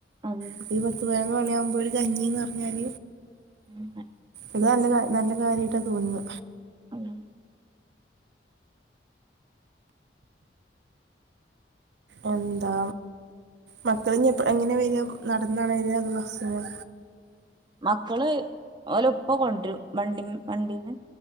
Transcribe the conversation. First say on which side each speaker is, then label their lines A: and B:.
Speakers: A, on the right; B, on the right.
A: അതെ
B: അ പത്ത് പേരന്ന് വേണയാ ഇ ഒരു കഞ്ഞിന്ന് പറഞ്ഞാൽ
A: ഉം
B: ഇത് നല്ല നല്ല കാര്യമായിട്ടാ തോന്നു
A: ആ <unintelligible>
B: എന്താ മക്കള് എങ്ങനെ വരു നടന്നാണ് അതോ ബസിനോ
A: മക്കള് ഇപ്പ കൊണ്ടരും വണ്ടി വണ്ടീന്ന്